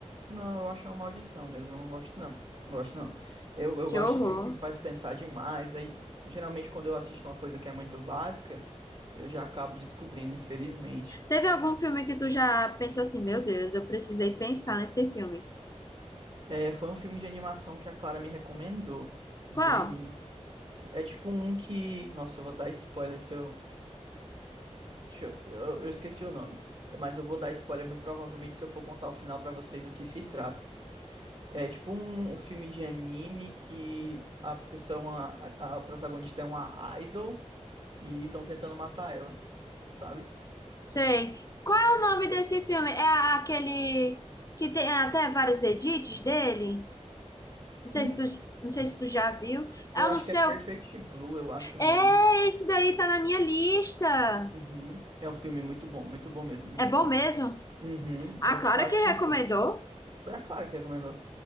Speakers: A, on the right; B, on the left.
A: Não, eu acho uma maldição mesmo, eu não gosto não. Não gosto não. Eu, eu
B: Que
A: gosto
B: horror.
A: de filme que me faz pensar demais, aí geralmente quando eu assisto uma coisa que é muito básica, eu já acabo descobrindo, infelizmente.
B: Teve algum filme que tu já pensou assim, meu Deus, eu precisei pensar nesse filme.
A: É, foi um filme de animação que a Clara me recomendou, de
B: Qual?
A: anime. Fo- É tipo um que, nossa, eu vou dar spoiler se eu, deixa eu, eu eu esqueci o nome, mas eu vou dar spoiler muito provavelmente se eu for contar o final pra você do que se trata. É tipo um, um filme de anime que a pessoa, é uma- a, a protagonista é uma idol e estão tentando matar ela, sabe?
B: Sei. Qual é o nome desse filme? É a- aquele que tem até vários edits dele? Não sei
A: Hum,
B: se tu, não sei se tu já viu. É
A: Eu
B: o
A: acho
B: no seu.
A: que é Perfect Blue, eu acho
B: É,
A: o nome.
B: esse daí tá na minha lista.
A: Uhum. É um filme muito bom, muito bom mesmo, muito
B: É bom
A: bom.
B: mesmo?
A: Uhum.
B: A
A: É
B: Clara
A: quase
B: que
A: perfeito.
B: recomendou?
A: Foi a Clara que recomendou.